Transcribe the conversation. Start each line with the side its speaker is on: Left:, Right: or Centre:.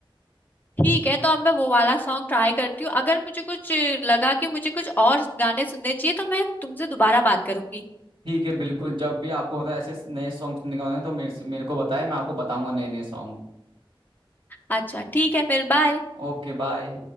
Left: ठीक है तो अब मैं वो वाला सॉन्ग ट्राई करती हूँ अगर मुझे कुछ अ, लगा कि मुझे कुछ और गाने सुनने चाहिए तो मैं तुमसे दोबारा बात करूंगी
Right: ठीक है बिल्कुल जब भी आपको मतलब ऐसे नए सॉन्ग सुनने का मन है तो मेरे से मेरे को बताएं मैं आपको बताऊंगा नए नए सॉन्ग
Left: अच्छा ठीक है फिर बाय
Right: Okay bye